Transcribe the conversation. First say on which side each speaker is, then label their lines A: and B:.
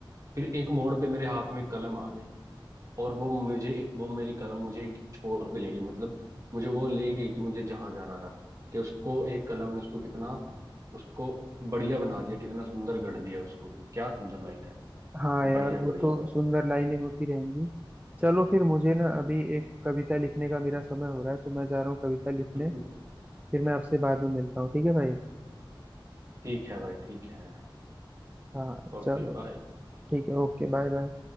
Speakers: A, on the right (about 40°); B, on the right (about 15°).
A: फिर एक मोड़ पे मेरे हाथ में कलम आ गई और वो मुझे वो मेरी कलम मुझे एक छोर पे ले गई मतलब मुझे वो ले गई कि मुझे जहां जाना था कि उसको एक कलम ने उसको कितना उसको बढ़िया बना दिया कितना सुंदर गढ़ दिया उसको क्या सुंदर लाइन है
B: हाँ यार
A: बढ़िया
B: वो
A: बढ़िया
B: तो
A: भाई
B: सुंदर लाइनें होती रहेंगी चलो फिर मुझे ना अभी एक कविता लिखने का मेरा समय हो रहा है तो मैं जा रहा हूँ कविता लिखने
A: <laughs>
B: फिर मैं आपसे बाद में मिलता हूँ ठीक है भाई
A: ठीक है भाई ठीक है
B: हाँ
A: Okay
B: चलो
A: bye
B: ठीक है ओके बाय बाय